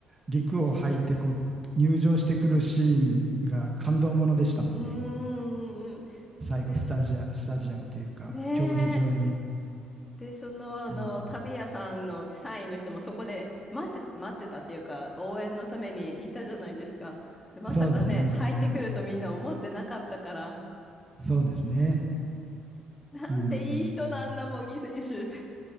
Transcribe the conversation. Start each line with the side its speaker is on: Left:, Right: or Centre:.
Right: 陸を履いて、こう、入場してくるシーンが感動ものでしたもんね。
Left: うんうんうん
Right: 最後、
Left: ね
Right: スタジア、スタジアムというか、
Left: ね
Right: 競技場に。
Left: で、その、あの、
Right: うん、
Left: 旅屋さんの社員の人もそこで待って、待ってたっていうか、応援のためにいたじゃないですか。で、まさかね、
Right: そうですね。
Left: 入ってくるとみんな思ってなかったから、
Right: みんなで。そうですね。
Left: なんていい人なんだ、
Right: うん、
Left: 茂木選手って。